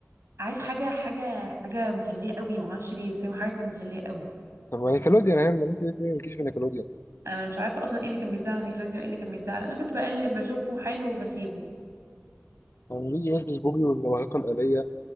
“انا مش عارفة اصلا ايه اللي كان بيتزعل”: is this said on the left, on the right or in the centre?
Right